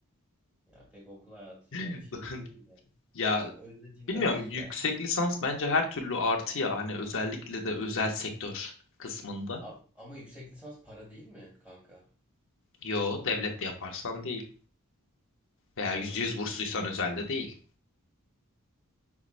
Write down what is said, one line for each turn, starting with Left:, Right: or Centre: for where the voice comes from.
Centre: Yani pek okul hayatıyla
Left: <laughs>
Centre: şey değil yani.
Left: Ya
Centre: Özlediğimden
Left: Bilmiyorum
Centre: değil
Left: yüksek
Centre: yani.
Left: lisans bence her türlü artı ya hani özellikle de özel sektör kısmında.
Centre: A- ama yüksek lisans para değil mi kanka?
Left: Yo devlet de yaparsan değil veya
Centre: Ha.
Left: yüzde yüz bursluysan özelde değil.